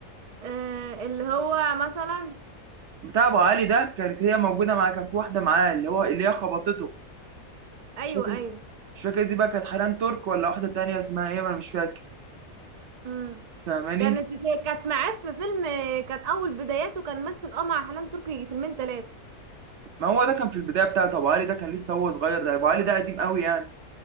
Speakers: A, on the right (about 50°); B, on the right (about 65°).
A: آه اللي هو مثلا
B: بتاع ابو علي ده كانت هي موجوده معاه كان في واحده معاه اللي هو اللي هي خبطته
A: ايوه
B: مش فاكر
A: ايوه
B: مش فاكر دي بقى كانت حنان ترك ولا واحده تانية اسمها ايه ما انا مش فاكر
A: امم
B: فاهماني
A: كانت في كانت معاه في فيلم كان اول بداياته كان مثل اه مع حنان تركي فيلمين ثلاثه
B: ما هو ده كان في البدايه بتاعته ابو علي ده كان لسه هو صغير ده ابو علي ده قديم قوي يعني